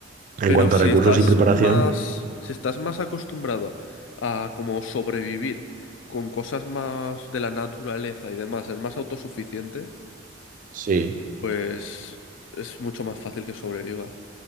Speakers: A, on the right; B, on the left.
A: en
B: Pero
A: cuanto
B: si
A: a recursos
B: estás
A: y preparación,
B: más, si estás más acostumbrado a como sobrevivir con cosas más de la naturaleza y demás, ser más autosuficiente,
A: sí,
B: pues es mucho más fácil que sobrevivas.